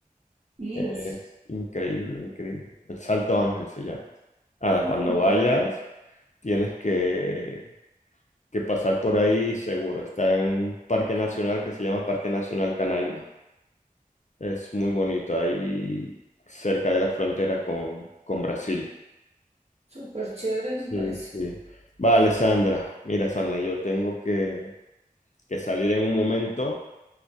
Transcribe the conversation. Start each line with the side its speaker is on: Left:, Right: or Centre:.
Right: Y
Left: Es
Right: pues,
Left: increíble, increíble. El Salto Ángel se llama. Nada,
Right: Mm,
Left: cuando vayas, tienes que que pasar por ahí seguro. Está en un parque nacional que se llama Parque Nacional Canaima. Es muy bonito, ahí cerca de la frontera con, con Brasil.
Right: súper chévere,
Left: Sí,
Right: me parece.
Left: sí. Vale, Sandra. Mira, Sandra, yo tengo que, que salir en un momento.